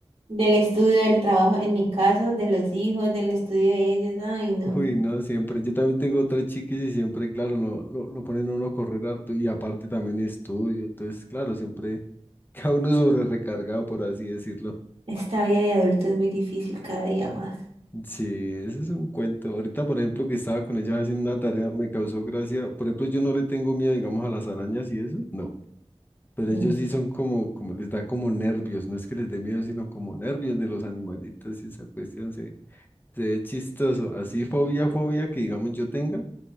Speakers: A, on the right; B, on the left.
A: Del estudio, del trabajo, en mi caso, de los hijos, del estudio de ellos. Ay, no.
B: Uy, no, siempre, yo también tengo tres chiquis y siempre, claro, lo, lo, lo ponen a uno a correr harto y aparte también estudio, entonces, claro, siempre <laughs> cada uno sobre recargado, por así decirlo.
A: Esta vida de adulto es muy difícil cada día más.
B: Sí, ese es un cuento. Ahorita, por ejemplo, que estaba con ella haciendo una tarea, me causó gracia. Por ejemplo, yo no le tengo miedo, digamos, a las arañas y eso. No. Pero
A: Mm.
B: ellos sí son como, como les da como nervios, no es que les dé miedo, sino como nervios de los animalitos y esa cuestión se, se ve chistoso. Así fobia, fobia que digamos yo tenga,